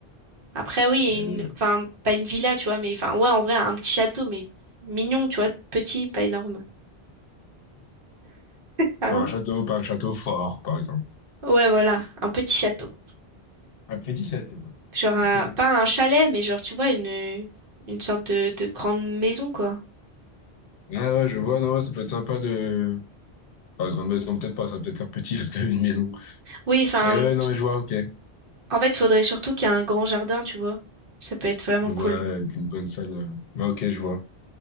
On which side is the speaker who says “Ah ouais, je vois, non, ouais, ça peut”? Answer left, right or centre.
Left